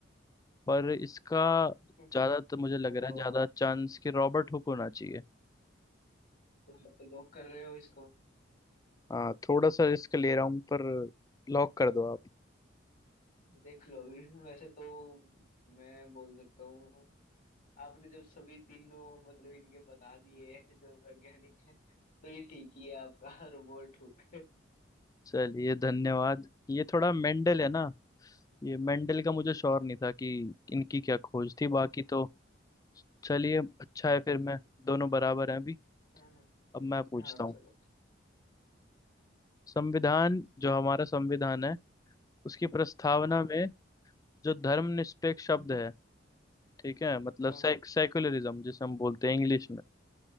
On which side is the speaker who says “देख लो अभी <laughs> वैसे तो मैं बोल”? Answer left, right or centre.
Left